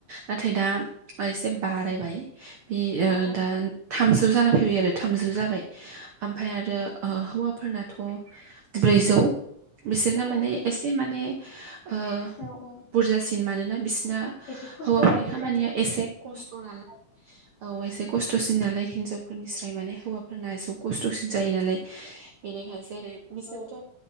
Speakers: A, on the right (about 70°); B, on the left (about 45°).
A: नाथाय दा एसे बारायबाय बि ओ
B: औ
A: दा थामजौ जाना फैबाय आरो थामजौ जाबाय। ओमफ्राय आरो हौवाफोरनाथ' ब्रैजौ बिसोरना
B: औ
A: माने एसे माने ओ
B: औ औ
A: बुरजासिन मानोना बिसिनि हौवाफोरनि
B: एसे खस्थ'बाबो
A: खामानिया
B: जाहैगासिनो
A: एसे खस्थ'
B: औ
A: नालाय औ एसे खस्थ'सिन नालाय हिनजाव फोरफोरनिस्राय माने हौवाफोरना एसे खस्थ'सिन जायो नालाय बेनिखायनो जेरै बिसोरथ'
B: औ